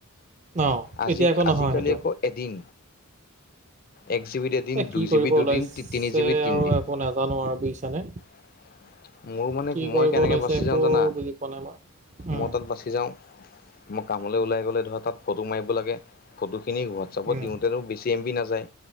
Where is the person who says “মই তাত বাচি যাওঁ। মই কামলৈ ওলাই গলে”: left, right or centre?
Left